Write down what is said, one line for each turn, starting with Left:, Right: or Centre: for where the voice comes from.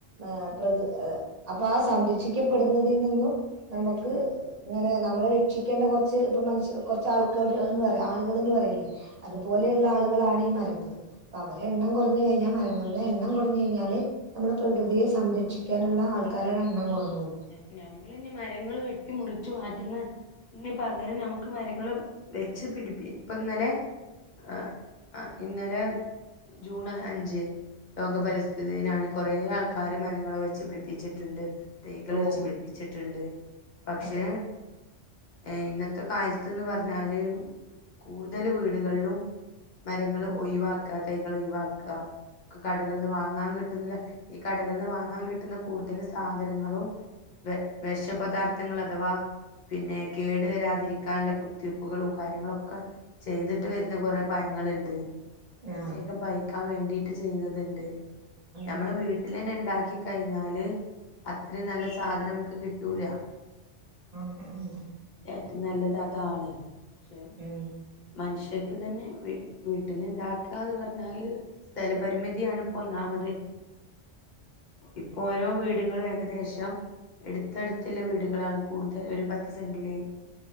Right: ആഹ് പ്രകൃ അത് അപ്പൊ ആ സംരക്ഷിക്കപ്പെടുന്നതിൽ നിന്നും നമുക്ക്
Left: ഉം
Right: ങ്ങനെ നമ്മളെ രക്ഷിക്കേണ്ട കുറച്ച് ഇപ്പ മനുഷ്യ കുറച്ച് ആൾക്കാര്ന്ന് പറ ആളുകള്ന്ന് പറയില്ലേ അതുപോലെയുള്ള
Left: ഉം
Right: ആളുകളാണ് ഈ മരങ്ങള് അപ്പൊ അവരെ എണ്ണം കുറഞ്ഞ കഴിഞ്ഞാ മരങ്ങളുടെ എണ്ണം കുറഞ് കഴിഞ്ഞാല് നമ്മുടെ പ്രകൃതിയെ സംരക്ഷിക്കാനുള്ള ആൾക്കാരുടെ എണ്ണം കുറഞ്ഞു പോവും
Left: ഏഹ് ഞമ്മളിനി മരങ്ങള് വെട്ടി മുറി ച്ചു മാറ്റുന്ന ന് പകരം നമുക്ക് മരങ്ങള് വെച്ച് പിടിപ്പി ഇപ്പ ഇന്നലെ ആഹ് ആഹ് ഇന്നലെ ജൂണ് അഞ്ച് ലോകപരിസ്
Right: ഉം
Left: ഥിതി ദിനാണ് കുറേ ആൾക്കാര് മരങ്ങള് വെച്ച് പിടിപ്പിച്ചിട്ടുണ്ട് തൈകൾ
Right: ഓ
Left: വെച്ച് പിടിപ്പ ച്ചിട്ടുണ്ട് പക്ഷെ
Right: അതെ
Left: ഏഹ് ഇന്നത്തെ കാലത്ത്ന്ന് പറഞ്ഞാല് കൂടുതല് വീടുകളിലും മരങ്ങള്
Right: ഉം
Left: ഒഴിവാക്ക തൈകൾ ഒയിവാക്ക ഒക്കെ കടകളിൽ നിന്ന് വാങ്ങാൻ കിട്ടുന്നില്ല ഈ കടകളിൽന്ന് വാങ്ങാൻ കിട്ടുന്ന കൂടുതൽ സാധനങ്ങളും വെ വെഷ പദാർത്ഥങ്ങൾ അഥവാ പിന്നെ കേടു വരാതിരിക്കാനുള്ള കുത്തിവയ്പ്പുകളും കാര്യങ്ങളൊക്കെ ചെയ്തിട്ട് വരുന്ന കൊറെ പയങ്ങളുണ്ട്
Right: ആഹ്
Left: വേഗം പയ്ക്കാൻ വേണ്ടിട്ട് ചെയ്യുന്നത്ണ്ട്
Right: അതെ
Left: ഞമ്മള് വീട്ടി ട്ടിലെന്നെ ണ്ടാക്കി കഴിഞ്ഞാല് അത്രയും നല്ല സാധനം മുക്ക് കിട്ടൂല
Right: ഉം
Left: ഏറ്റം നല്ലത് അതാണ് പക്ഷെ
Right: ഉം
Left: മനുഷ്യർക്ക് തന്നെ വീ വീട്ടിലുണ്ടാക്കാന്ന് പറഞ്ഞാല് സ്ഥലപരിമിതിയാണ് ഇപ്പ ഒന്നാമത് ഇപ്പൊ ഓരോ വീടുകളും ഏകദേശം എടുത്തടുത്തുള്ള വീടുകളാണ് കൂടുതൽ ഒരു പത്ത് സെന്റിലെ